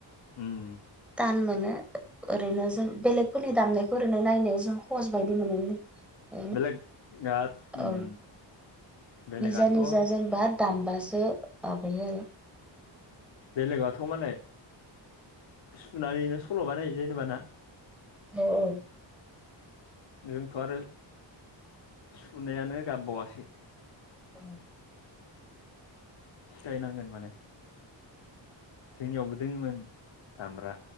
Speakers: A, on the left; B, in the centre.
A: उम
B: तान मोनो ओरैनो जों बेलेगफोरनि दामनायखौ ओरैनो नायनायाव जों सहस बायदि मोनोमोन <unintelligible>
A: बेलेग आ
B: औ
A: उम बेलेगाथ'
B: निजा निजा जेनबा दामबासो माबायो आरो
A: बेलेगथ' मालाय सुनानैनो सल' बानायो जेन'बा ना
B: औ औ
A: जोंथ' आरो सुनायानो गाबबावासो
B: औ
A: सिखायनांगोन माने जोंनियावबो दोङोमोन दामग्रा